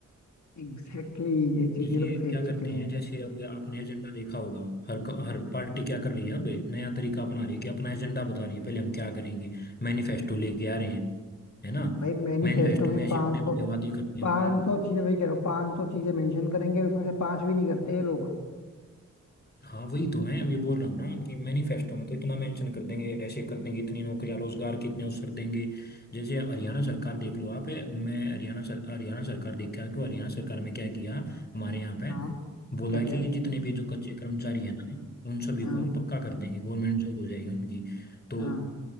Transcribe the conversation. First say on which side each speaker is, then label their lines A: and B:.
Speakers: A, on the left; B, on the left.
A: एग्जैक्टली exactly, ये चीज
B: ये
A: ये लोग फेंक
B: क्या
A: चुके
B: करते हैं
A: हैं
B: जैसे अब आपने एजेंडा देखा होगा हर क- हर पार्टी क्या कर रही है अब नया तरीका अपना रही है कि अपना एजेंडा बता रही है पहले हम क्या करेंगे मैनिफेस्टो लेके आ रहे हैं है ना
A: भाई मैनिफेस्टो
B: मैनिफेस्टो
A: में
B: में ऐसे
A: 500
B: बड़े बड़े वादे करते हैं
A: 500
B: भाई
A: चीजें वही कह रहा हूँ 500 चीजें मेंशन करेंगे उसमें से पांच भी नहीं करते ये लोग
B: हाँ वही तो मैं ये बोल रहा हूँ ना कि मैनिफेस्टो में तो इतना मेंशन कर देंगे ऐसे कर देंगे इतनी नौकरियां रोजगार कितने अवसर देंगे जैसे हरियाणा सरकार देख लो आप मैं हरियाणा सर हरियाणा सरकार देखा कि हरियाणा सरकार में क्या किया हमारे यहाँ पे
A: हाँ
B: बोला
A: क्या क्या
B: कि जितने भी जो कच्चे कर्मचारी हैं ना उन सभी
A: हाँ
B: को हम पक्का कर देंगे गवर्नमेंट जॉब हो जाएगी उनकी तो
A: हाँ